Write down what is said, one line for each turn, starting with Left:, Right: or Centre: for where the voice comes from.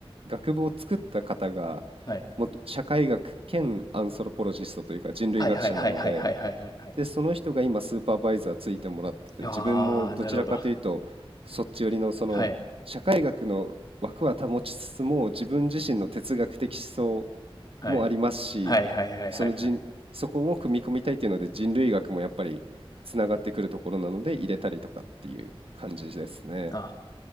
Right: 学部を作った方が
Left: はい。
Right: もっと社会学兼アンソロポロジストというか人類学者なので、
Left: はいはいはいはいはいはいはいはい。
Right: で、その人が今スーパーバイザーついてもらってて、
Left: ああ、
Right: 自分もどちらかというとそっち寄りのその社会学の枠は保ちつつも自分自身の哲学的思想
Left: なるほど。はい。はい。
Right: もありますし、
Left: はいはいはいはいはい。
Right: その人、そこも組み込みたいっていうので人類学もやっぱりつながってくるところなので入れたりとかっていう感じですね。
Left: あ、